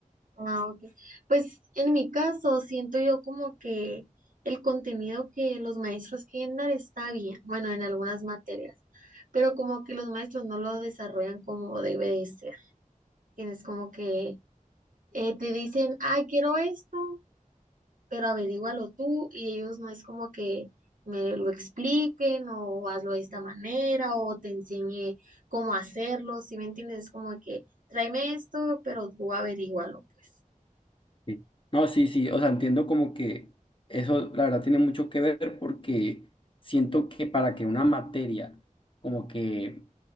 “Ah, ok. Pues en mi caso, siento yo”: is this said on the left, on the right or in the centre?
Right